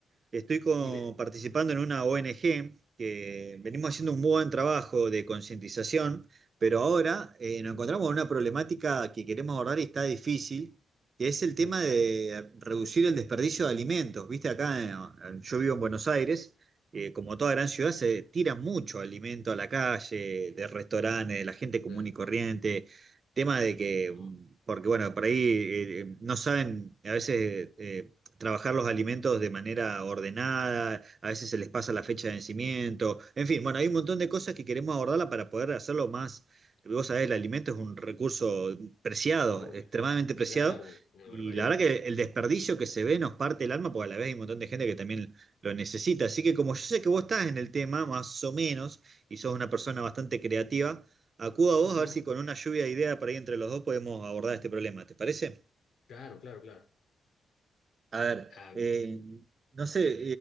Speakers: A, on the right (about 50°); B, on the left (about 65°).
A: Estoy co-
B: Dime.
A: participando en una ONG que venimos haciendo un buen trabajo de concientización, pero ahora eh, nos encontramos con una problemática que queremos abordar y está difícil, que es el tema
B: Ujú,
A: de reducir el desperdicio de alimentos. Viste, acá eh, yo vivo en Buenos Aires, eh, como toda gran ciudad se tira mucho alimento a la calle, de restaurantes, de la gente común
B: Eh,
A: y corriente tema de que
B: no,
A: porque bueno, por ahí eh, eh, no saben a veces eh, trabajar los alimentos de manera ordenada, a veces se les pasa la fecha de vencimiento, en fin, bueno, hay un montón de cosas que queremos abordarla para poder hacerlo más, vos sabés, el alimento es un recurso preciado,
B: Obvio.
A: extremadamente preciado.
B: Claro, una
A: Y
B: barbaridad,
A: la verdad
B: tía.
A: que el desperdicio que se ve nos parte el alma, porque a la vez hay un montón de gente que también lo necesita. Así que como yo sé que vos estás en el tema, más o menos, y sos una persona bastante creativa, acudo a vos
B: ujú,
A: a ver si con una lluvia de ideas por ahí entre los dos podemos abordar este problema. ¿Te parece?
B: Claro, claro, claro.
A: A ver,
B: Ah,
A: eh,
B: mira.
A: no sé,